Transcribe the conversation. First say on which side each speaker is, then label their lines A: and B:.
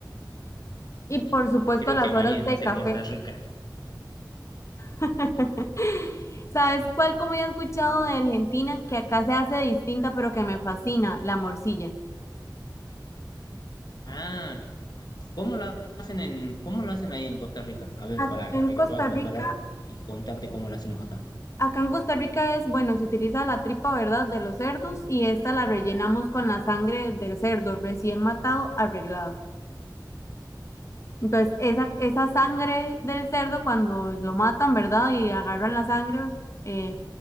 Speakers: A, on the left; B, on the left.
A: Y por supuesto
B: y creo
A: las
B: que amaría
A: horas
B: entonces
A: de café.
B: Costa Rica,
A: <laughs> ¿Sabes cuál comida he escuchado
B: claro.
A: de Argentina que acá se hace distinta pero que me fascina? La morcilla.
B: Ah, ¿Cómo lo hacen en, cómo lo hacen ahí en Costa Rica? A ver,
A: Acá
B: para,
A: en
B: para
A: Costa
B: que pueda comparar
A: Rica,
B: y contarte cómo lo hacemos acá.
A: Acá en Costa Rica es, bueno, se utiliza la tripa, ¿verdad?, de los cerdos y esta la rellenamos con la sangre del cerdo recién matado, arreglada. Entonces, esa, esa sangre del cerdo, cuando lo matan, ¿verdad?, y agarran la sangre, eh,